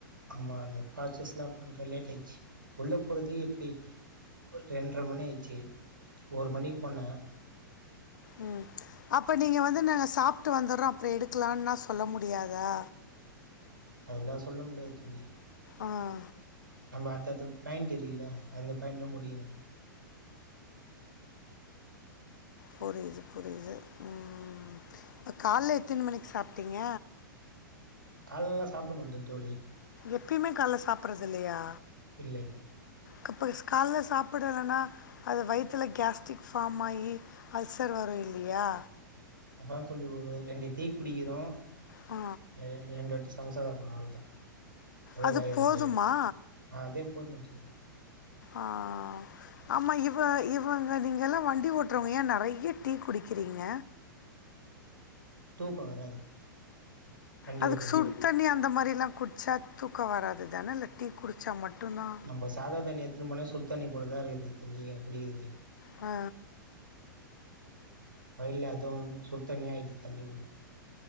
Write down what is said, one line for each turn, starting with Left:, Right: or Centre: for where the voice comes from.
Right: ஆமா அந்த ப்ரஸஸ்லா பண்ற லேட் ஆயிடுச்சு உள்ள போறது எப்டி ரெண்டர மணி ஆயிச்சு ஒரு மணிக்கு போன
Left: ம் அப்ப நீங்க வந்து நாங்க சாப்ட்டு வந்துடுறோ அப்றோ எடுக்கலான்னா சொல்ல முடியாதா
Right: அதுலா சொல்ல முடியாது தோழி
Left: ஆ
Right: நம்ம அடுத்தடுத்து பாயிண்ட் இருக்குல அந்த பாயிண்ட்டு முடிக்கனு
Left: புரியுது புரியுது ம் இப்ப கால்ல எத்தன மணிக்கு சாப்ட்டீங்க
Right: காலெல்லா சாப்பட மாட்ட தோழி
Left: எப்பயுமே கால்ல சாப்பறது இல்லையா
Right: இல்ல இல்ல
Left: கப்பைஸ் கால்ல சாப்பிடலனா அது வயித்தில கேஸ்ட்ரிக் ஃபார்ம் ஆயி அல்சர் வரு இல்லையா
Right: அதா தோழி ஒரு ரெண்டு டீ குடிக்கிறோ
Left: ஆ
Right: எ ரெண்டு வாட்டி சம்சா சாப்புற ஆவ்ள்தா அதே
Left: அது
Right: வயிறு
Left: போதுமா
Right: ரொம்பிரு ஆ அதே போது தோழி
Left: ஆ ஆ ஆ ஆமா இவ இவுங்க நீங்கலா வண்டி ஓட்டுறவங்க ஏ நறைய டீ குடிக்கிறீங்க
Right: தூக்கோ வராது வண்டி
Left: அதுக்கு
Right: ஓட்டும்
Left: சுடுத்
Right: போது
Left: தண்ணி அந்த மாரிலா குடிச்சா தூக்கோ வராதுதான இல்ல டீ குடிச்சா மட்டுதா
Right: நம்ம சாதா தண்ணி எத்துனு போனா சுடுத் தண்ணி போலதா இருக்குது தண்ணியே அப்டி இருக்து
Left: ஆ
Right: வெயில்ல அதுவு சுடுத் தண்ணி ஆய்டுது தண்ணி கூட